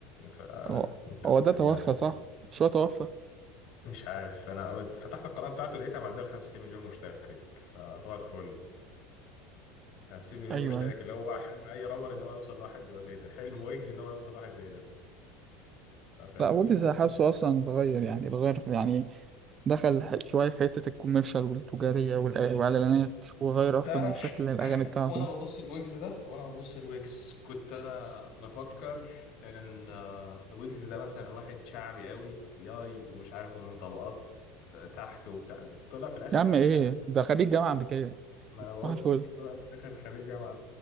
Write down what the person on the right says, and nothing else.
هو هو ده
توفى صح مش هو توفى
ايوه
ايوه
لا ويجز حاسه اصلا اتغير يعني اتغير يعني دخل ح- شويه في حته الكوميرشال والتجاريه والإع- والاعلانات وغير اصلا
من شكل الاغاني بتاعته
يا عم ايه ده خريج جامعه امريكيه
صح الفل